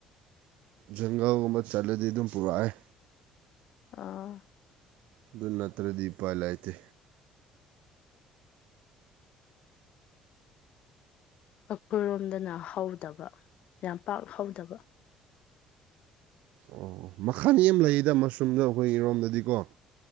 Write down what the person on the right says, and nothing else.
ꯖꯪꯒꯥꯜꯒꯨꯝꯕ ꯆꯠꯂꯗꯤ ꯑꯗꯨꯝ ꯄꯨꯔꯛꯦ
ꯑꯗꯨ ꯅꯠꯇ꯭ꯔꯗꯤ ꯏꯄꯥꯏ ꯂꯩꯇꯦ
ꯑꯣ ꯃꯈꯜ ꯑꯃ ꯂꯩꯌꯦꯗ ꯃꯁꯔꯨꯝꯗ ꯑꯩꯈꯣꯏ ꯏꯔꯣꯝꯗꯗꯤꯀꯣ